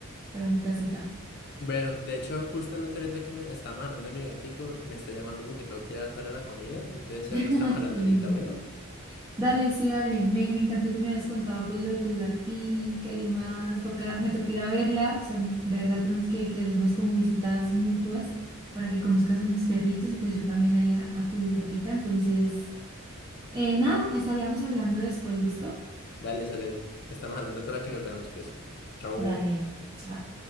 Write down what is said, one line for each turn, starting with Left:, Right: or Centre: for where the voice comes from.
Right: para mi casita.
Left: Bueno, de hecho, justamente ahorita que me estamos hablando de mi gatico, me está llamando porque tengo que ir a hacerle la comida. Entonces, si
Right: <laughs>
Left: algo estamos
Right: Ay,
Left: hablando
Right: qué lindo.
Left: ahorita, bueno,
Right: Dale, sí, dale. Me, me encantó que me hayas contado pues lo de tu gatica y demás. Toca, me toca ir a verla. O sea, de verdad tenemos que, que hacernos como visitas mutuas para que conozcas a mis perritos y pues yo también ahí a, a tu gatica. Entonces, eh, nada, estaríamos hablando después, ¿listo?
Left: dale, Saren, estamos hablando para que nos veamos, pues. Chao.
Right: Dale, chao.